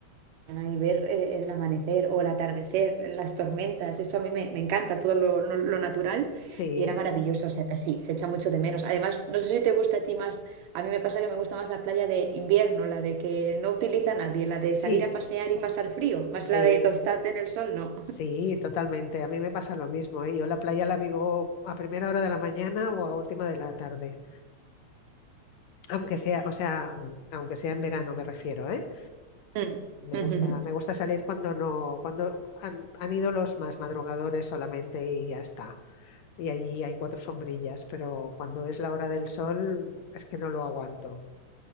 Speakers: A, on the right; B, on the left.
A: ventana y ver eh, el amanecer o el atardecer, las tormentas, eso a mí me, me encanta, todo lo, lo- lo natural
B: sí,
A: y era maravilloso, o sea que sí, se echa mucho de menos. Además, no sé si te gusta a ti más, a mí me pasa que me gusta más la playa de invierno, la de que no utiliza nadie, la de
B: sí,
A: salir a pasear y pasar frío, más
B: sí.
A: la de tostarte en el sol, no.
B: Sí, totalmente. A mí me pasa lo mismo, ¿eh? Yo la playa la vivo a primera hora de la mañana o a última de la tarde. Aunque sea,
A: <laughs>
B: o sea, mm, aunque sea en verano me refiero, ¿eh?
A: Mm.
B: Me
A: <laughs>
B: gusta,
A: ujujujú.
B: me gusta salir cuando no, cuando han, han ido los más madrugadores solamente y ya está. Y allí hay cuatro sombrillas, pero cuando es la hora del sol es que no lo aguanto.